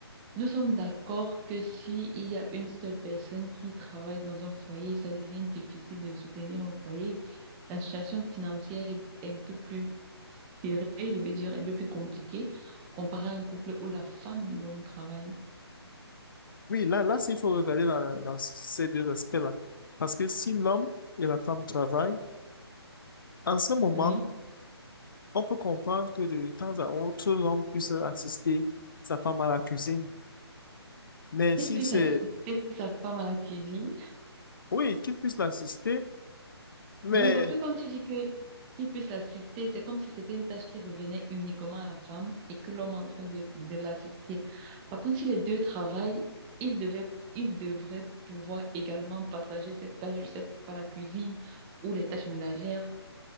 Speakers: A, on the right; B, on the left.
A: Nous sommes d'accord que si il y a une seule personne qui travaille dans un foyer, ça devient difficile de soutenir le foyer. La situation financière est un peu plus serrée, je veux dire, un peu plus compliquée comparé à un couple où la femme et l'homme travaillent.
B: oui, là, là, il faut regarder dans, dans ces deux aspects-là. Parce que si l'homme et la femme travaillent, en ce moment,
A: Oui.
B: On peut comprendre que de temps à autre, l'homme puisse assister sa femme à la cuisine. Mais
A: Qu'il
B: si
A: puisse
B: c'est,
A: assister sa femme à la cuisine
B: oui, qu'il puisse l'assister, mais
A: Non, parce que quand tu dis que qu'il puisse l'assister, c'est comme si c'était une tâche qui revenait uniquement à la femme et que l'homme est en train de, de l'assister. Par contre, si les deux travaillent, ils devaient, ils devraient pouvoir également partager cette tâche, je sais pas, la cuisine ou les tâches ménagères